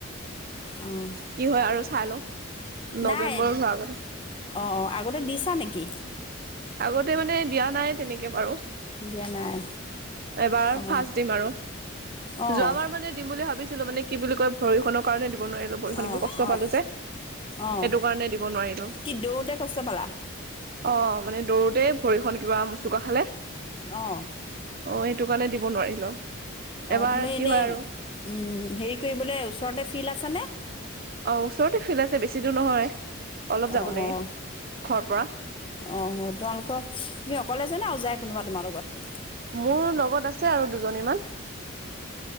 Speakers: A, on the left (about 25°); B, on the right (about 45°).
A: অঁ, অঁ।
B: কি হয় আৰু চাই লওঁ? নৱেম্বৰৰ
A: নাই
B: হোৱাৰ আগতে।
A: অঁ অঁ আগতে দিছা নেকি?
B: আগতে মানে দিয়া নাই তেনেকে বাৰু।
A: দিয়া নাই।
B: এবাৰ
A: অঁ
B: ফাৰ্ষ্ট দিম আৰু
A: অঁ
B: যোৱাবাৰ মানে দিম বুলি ভাবিছিলো মানে কি বুলি কয় ভৰি খনক- কাৰণে দিব নোৱাৰিলো, ভৰিখন
A: অঁ
B: কষ্ট
A: অঁ
B: পালো যে।
A: অঁ,
B: সেইটো কাৰণে দিব নোৱাৰিলো
A: কি দৌৰোতে কষ্ট পালা?
B: অঁ মানে দৌৰোতেই ভৰিখন কিবা মোচুকা খালে।
A: অ'।
B: অ', এটো কাৰণে দিব নোৱাৰিলো,
A: অঁ
B: এবাৰ
A: তুমি
B: কি
A: এনেই
B: হয় আৰু।
A: উম, হেৰি কৰিবলে, ওচৰতে ফিল্ড আছে নে?
B: অ', ওচৰতে ফিল্ড আছে, বেছি দূৰ নহয়। অলপ
A: অ',
B: যাব লাগে
A: অ'।
B: ঘৰৰ পৰা
A: অ', তোমালোকৰ, তুমি অকলে যোৱা নে, আৰু যায় কোনোবা তোমাৰ লগত?
B: মোৰ লগত আছে আৰু দুজনী মান,